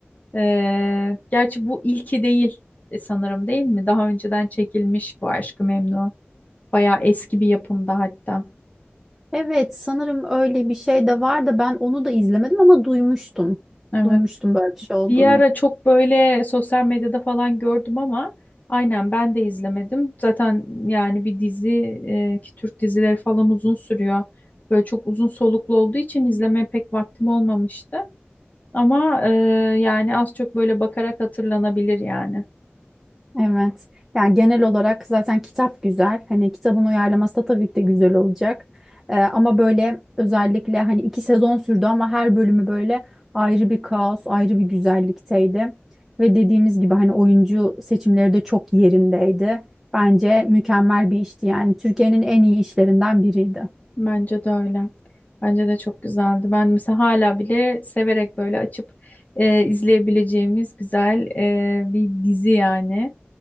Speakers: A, on the left; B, in the centre.
A: E, gerçi bu ilki değil e, sanırım değil mi? Daha önceden çekilmiş bu Aşk-ı Memnu. Bayağı eski bir yapımda hatta.
B: Evet sanırım öyle bir şey de var da ben onu da izlemedim ama duymuştum.
A: Evet.
B: Duymuştum böyle bir şey olduğunu.
A: Bir ara çok böyle sosyal medyada falan gördüm ama aynen ben de izlemedim. Zaten yani bir dizi e, ki Türk dizileri falan uzun sürüyor. Böyle çok uzun soluklu olduğu için izlemeye pek vaktim olmamıştı. Ama e, yani az çok böyle bakarak hatırlanabilir yani.
B: Evet. Yani genel olarak zaten kitap güzel. Hani kitabın uyarlaması da tabii ki de güzel olacak. Ee, ama böyle özellikle hani iki sezon sürdü ama her bölümü böyle ayrı bir kaos, ayrı bir güzellikteydi. Ve dediğimiz gibi hani oyuncu seçimleri de çok yerindeydi. Bence mükemmel bir işti yani. Türkiye'nin en iyi işlerinden biriydi.
A: Bence de öyle. Bence de çok güzeldi. Ben mesela hala bile severek böyle açıp e, izleyebileceğimiz güzel e, bir dizi yani.